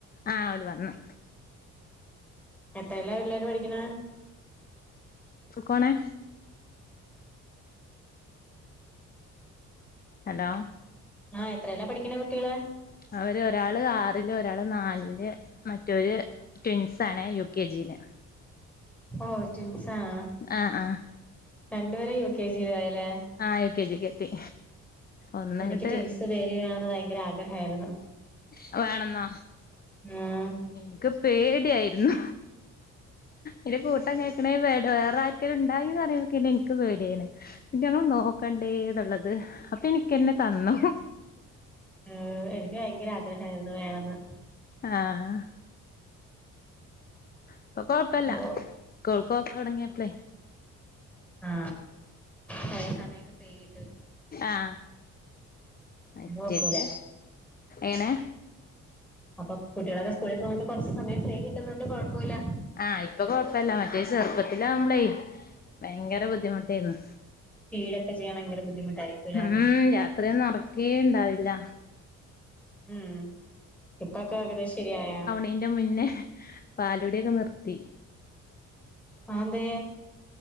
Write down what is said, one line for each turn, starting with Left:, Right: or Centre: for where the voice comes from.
Left: ആ ഓല് വന്നു
Centre: എത്രയല്ല പിള്ളേര് പഠിക്ക്‌ണേ
Left: സുക്കോണേ ഹലോ
Centre: ആ എത്രയല്ല പഠിക്കണ കുട്ടികള്
Left: അവര് ഒരാള് ആറില് ഒരാള് നാലില് മറ്റോര് ട്വിൻസ് ആണേ യു കെ ജില്
Centre: ഓ റ്റിൻ സാണോ
Left: ആഹ് ആഹ്
Centre: രണ്ടുപേരും യു കെ ജീലായി ലേ
Left: ആ യു കെ ജിക്ക്‌ എത്തി ഒന്ന്ങ്ങട്ട്
Centre: എനിക്ക് ട്വിൻസ് വേരികാന്ന്ള്ള ഭയങ്കര ആഗ്രഹായിരുന്നു
Left: അത് വേണെന്നോ
Centre: മ്മാ
Left: ഇൻക്ക് പേടിയായിരുന്നു ഒരു കൂട്ടം കേക്കണേ മേടം വേറെ ആര്ക്കേലും ണ്ടായീന്ന് പറയുമ്പക്കന്നെ ഇൻക്ക് പേട്യേണ് റ്റങ്ങളെ നോക്കണ്ടേ ന്ന്ള്ളത് അപ്പൊ എനിക്കെന്നെ തന്നു
Centre: ആ എനിക്ക് ഭയങ്കര ആഗ്രഹായിരുന്നു വേണന്ന്
Left: ആഹ് ആഹ് ഇപ്പ കൊഴ്പ്പല്ല
Centre: ഓ
Left: സ്കൂൾക്കോക്ക് തൊടങ്ങിയപ്പളേയ്
Centre: ആ ചെലേ സമയൊക്കെ പേടി
Left: ആ മറ്റേത്
Centre: നോക്കൂല
Left: എങ്ങനെ
Centre: അപ്പൊ കുട്ടികളൊക്കെ സ്കു ളിൽ പോകണ്ട് കുറച്ച് സമയം ഫ്രീ കിട്ടുന്നുണ്ട് കുഴപ്പമില്ല
Left: ആ ഇപ്പൊ കൊഴപ്പല്ല മറ്റേ ചെറുപ്പത്തിലാവുമ്പളേയ് ഭയങ്കര ബുദ്ധിമുട്ടേര്ന്നു
Centre: ഫീഡൊക്കെ ചെയ്യാൻ ഭയങ്കര ബുദ്ധിമുട്ടായിരിക്കുംല്ലേ
Left: ഉം രാ ത്രിയൊന്നും ഒറക്കേ ണ്ടാവില്ല
Centre: ഉം ഇപ്പൊക്കെ ഏകതേ ശരിയായാ
Left: അയ്ന്റെ മുന്നെ പാലുടിക്കെ നിർത്തി
Centre: അത് ന്തേ